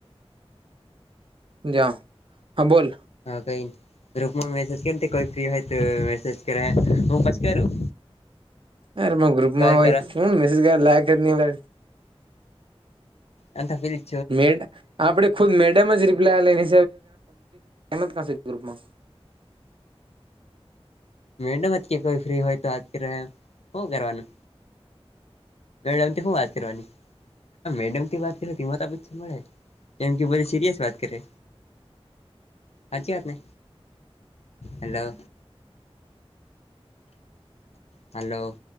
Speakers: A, on the right (about 55°); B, on the left (about 80°).
A: જા હા બોલ.
B: હા કઈ ગુરુપ માં મેસેજ કયે થી કરતી હોય તો મેસેજ કરા હું પછ કરું.
A: અરે ગ્રુપમાં
B: કોલ
A: હોય
B: કરો
A: હું મેસેજ કર લ જ ન અ
B: આનતા પેલી્
A: મેડ આપડે ખુદ મેડિયમ જ રિપ્લાય લઈને્ <inaudible> ગુપમાં
B: મેડમ કે કોઈ ફ્રી હોય તો આતી રહે હું કરવાનું. મેડમથી હું વાત કરવાની. આ મેડમ થી વાત કરે તેમાં તો પછી મળે કેમ કે બધી સીરિયસ વાત કરે. હાચી વાતને હેલો. હલો.